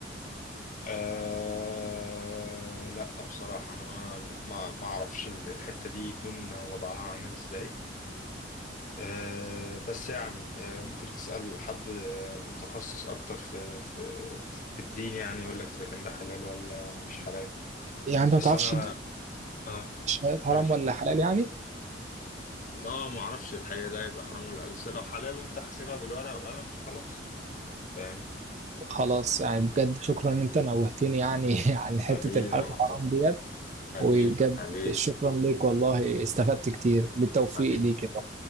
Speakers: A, on the left; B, on the right.
A: آه لا بصراحة أنا ما ما أعرفش الحتة دي يكون وضعها عامل إزاي آه، بس يعني آه، ممكن تسأل حد آه، متخصص أكتر في في في الدين يعني يقول لك إذا كان ده حلال ولا مش حلال
B: يعني انت ما
A: بس
B: تعرفش
A: أنا
B: دي
A: آه
B: الشهادات حرام
A: قول لي.
B: ولا حلال يعني
A: آه ما أعرفش الحقيقة ده يبقى حرام ولا لسه لو حلال وأنت حاسبها بالورقة والقلم فخلاص فاهم
B: خلاص يعني بجد شكرا ان انت نوهتني يعني <laughs> عن حتة
A: حبيبي
B: الحلال
A: يا معترف
B: الحرام ديت
A: حبيبي
B: وبجد
A: حبيبي
B: شكرا ليك والله استفدت كتير بالتوفيق
A: حبيبي
B: ليك